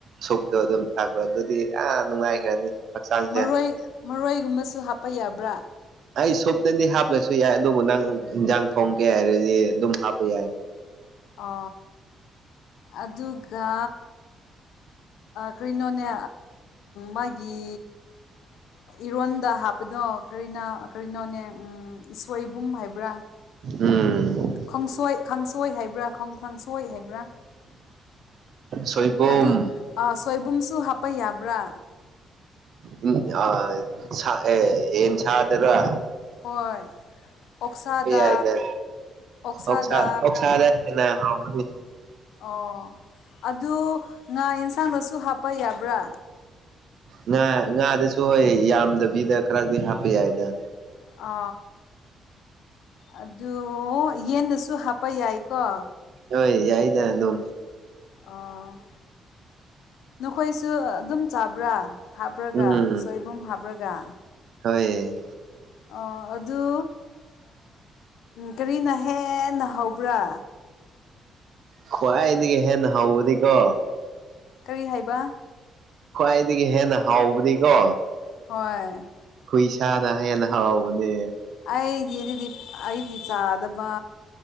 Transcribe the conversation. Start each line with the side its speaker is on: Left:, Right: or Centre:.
Right: ꯁꯨꯗꯣ ꯑꯗꯨꯝ ꯇꯥꯛꯈ꯭ꯔꯣ ꯑꯗꯨꯗꯤ ꯑꯥ ꯅꯨꯡꯉꯥꯏꯈ꯭ꯔꯅꯤ ꯍꯛꯆꯥꯡꯁꯦ
Left: ꯃꯔꯣꯏ ꯃꯔꯣꯏꯒꯨꯝꯕꯁꯨ ꯍꯥꯞꯄ ꯌꯥꯕ꯭ꯔꯥ
Right: ꯑꯩ ꯁꯨꯞꯅꯗꯤ ꯍꯥꯞꯂꯁꯨ ꯌꯥꯏ ꯑꯗꯨꯕꯨ ꯅꯪ ꯏꯟꯖꯥꯡ ꯊꯣꯡꯀꯦ ꯍꯥꯏꯔꯗꯤ ꯑꯗꯨꯝ ꯍꯥꯞꯄ ꯌꯥꯏ
Left: ꯑ ꯑꯗꯨꯒ ꯀꯔꯤꯅꯣꯅꯦ ꯃꯥꯒꯤ ꯏꯔꯣꯟꯗ ꯍꯥꯞꯄꯗꯣ ꯀꯔꯤꯅ ꯀꯔꯤꯅꯣꯅꯦ ꯁꯣꯏꯕꯨꯝ ꯍꯥꯏꯕ꯭ꯔꯥ ꯇ꯭ꯔꯥ
Right: ꯎꯝ
Left: ꯈꯁꯣꯏ ꯈꯥꯡꯁꯣꯏ ꯍꯥꯏꯕ꯭ꯔꯥ ꯀꯥꯡꯁꯣꯏ ꯍꯥꯏꯕ꯭ꯔꯥ
Right: ꯁꯣꯏꯕꯨꯝ
Left: ꯑꯗꯨ ꯁꯣꯏꯕꯨꯝꯁꯨ ꯍꯥꯞꯄ ꯌꯥꯕ꯭ꯔꯥ
Right: ꯎꯝ ꯑ ꯁ ꯑꯦ ꯌꯦꯟ ꯁꯗꯔ
Left: ꯍꯣꯏꯣꯏ ꯑꯣꯛꯁꯥꯗꯥ
Right: ꯌꯥꯏꯗ
Left: ꯑꯣꯛꯁꯥꯗꯥ
Right: ꯑꯣꯛꯁꯥ ꯑꯣꯛꯁꯥꯗ ꯍꯦꯟꯅ ꯍꯥꯎꯕꯅꯤ
Left: ꯑꯣ ꯑꯗꯨ ꯉꯥ ꯑꯦꯟꯁꯥꯡꯗꯁꯨ ꯍꯥꯞꯄ ꯌꯥꯕ꯭ꯔꯥ
Right: ꯉꯥ ꯉꯥꯗꯁꯨ ꯍꯣꯏ ꯌꯥꯝꯗꯕꯤꯗ ꯈꯔꯗꯤ ꯍꯥꯞꯄ ꯌꯥꯏꯗ
Left: ꯑ ꯑꯗꯨ ꯌꯦꯟꯗꯁꯨ ꯍꯥꯞꯄ ꯌꯥꯏꯀꯣ
Right: ꯍꯣꯏ ꯌꯥꯏꯗ ꯑꯗꯨ
Left: ꯑꯣ ꯅꯈꯣꯏꯁꯨ ꯑꯗꯨꯝ ꯆꯥꯕ꯭ꯔꯥ ꯍꯥꯞꯄ꯭ꯔꯒ
Right: ꯎꯝ
Left: ꯁꯣꯏꯕꯨꯝ ꯍꯥꯞꯄ꯭ꯔꯒ
Right: ꯍꯣꯏ
Left: ꯑ ꯑꯗꯨ ꯀꯔꯤꯅ ꯍꯦꯟꯅꯍꯧꯕ꯭ꯔꯥ
Right: ꯈ꯭ꯋꯥꯏꯗꯒꯤ ꯍꯦꯟꯅ ꯍꯧꯕꯅꯤꯀꯣ
Left: ꯀꯔꯤ ꯍꯥꯏꯕ
Right: ꯈ꯭ꯋꯥꯏꯗꯒꯤ ꯍꯦꯟꯅ ꯍꯥꯎꯕꯗꯤꯀꯣ
Left: ꯍꯣꯏ
Right: ꯄꯩꯁꯥꯅꯅꯥ ꯍꯥꯏꯌꯥꯅ ꯍꯥꯎ ꯃꯅꯦ
Left: ꯑꯩꯗꯤ ꯑꯗꯨꯗꯤ ꯑꯩꯗꯤ ꯆꯥꯗꯕ